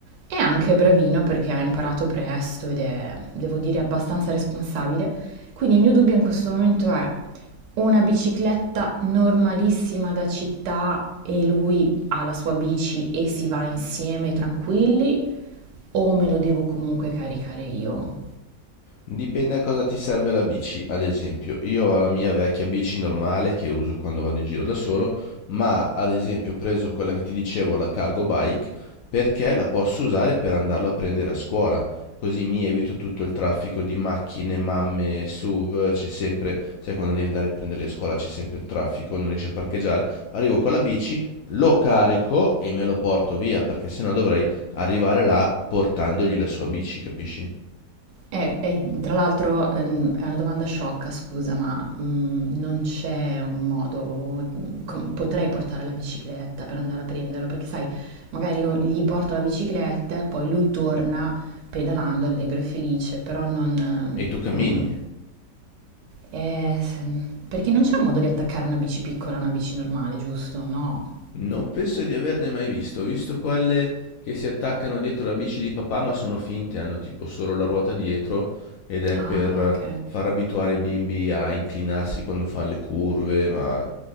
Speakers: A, on the right; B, on the left.
A: è anche bravino perché ha imparato presto ed è, devo dire, abbastanza responsabile. Quindi il mio dubbio in questo momento è una bicicletta normalissima da città e lui ha la sua bici e si va insieme tranquilli o me lo devo comunque caricare io?
B: Dipende a cosa ti serve la bici, ad esempio, io ho la mia vecchia bici normale che uso quando vado in giro da solo, ma ad esempio ho preso quella che ti dicevo, la cargo bike, perché la posso usare per andarlo a prendere a scuola, così mi evito tutto il traffico di macchine, mamme, SUV, c'è sempre, sai quando devi andare a prenderli a scuola c'è sempre un traffico, non riesci a parcheggiare, arrivo con la bici, lo carico e me lo porto via, perché sennò dovrei arrivare là portandogli la sua bici, capisci?
A: E, e, tra l'altro ehm, è una domanda sciocca, scusa, ma mm, non c'è un modo, com- potrei portare la bicicletta per andare a prenderlo, perché sai, magari io gli porto la bicicletta e poi lui torna pedalando allegro e felice, però non... ehm,
B: E tu cammini.
A: non- non- eh, s- perché non c'è un modo di attaccare una bici piccola a una bici normale, giusto? No?
B: Non penso di averne mai visto, ho visto quelle che si attaccano dietro la bici di papà, ma sono finte, hanno tipo solo la ruota dietro ed è
A: Ah,
B: per
A: ok.
B: far abituare i bimbi a inclinarsi quando fanno le curve, ma